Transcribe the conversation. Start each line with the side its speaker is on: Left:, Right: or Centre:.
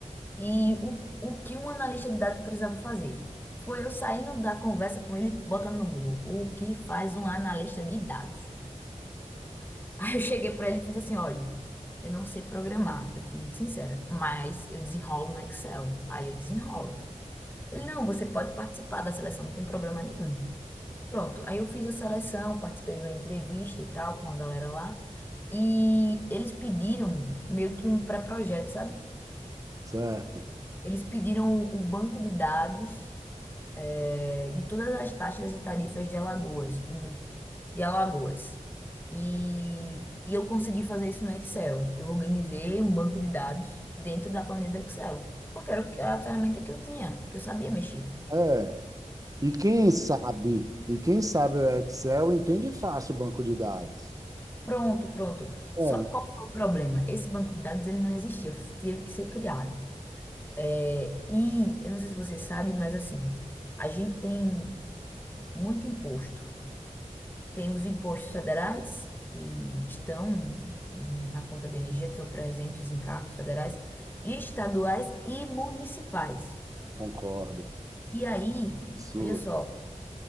Left: e o, o que um analista de dados precisava fazer. Foi eu saindo da conversa com ele, botando no Google, o que faz um analista de dados? <laughs> Aí eu cheguei para ele e fiz assim, olha, eu não sei programar, eu fui muito sincera, mas eu desenrolo no Excel. Aí eu desenrolo. Ele, não, você pode participar da seleção, não tem problema nenhum. Pronto, aí eu fiz a seleção, participei de uma entrevista e tal com a galera lá, e eles pediram meio que um pré-projeto, sabe?
Right: certo.
Left: Eles pediram o o banco de dados eh, de todas as taxas e tarifas de Alagoas, do mun- de Alagoas. E, e eu consegui fazer isso no Excel. Eu organizei um banco de dados dentro da planilha do Excel, porque era o que- a ferramenta que eu tinha, que eu sabia mexer.
Right: É. E quem sabe, e quem sabe o Excel entende fácil o banco de dados.
Left: Pronto, pronto.
Right: É,
Left: Só que qual foi o problema? Esse banco de dados ele não existia, f- teve que ser criado. É, e eu não sei se você sabe, mas assim, a gente tem muito imposto. Tem os impostos federais que estão hum, na conta de energia, estão presentes em cargos federais, estaduais e municipais.
Right: concordo.
Left: E aí,
Right: Sua.
Left: veja só,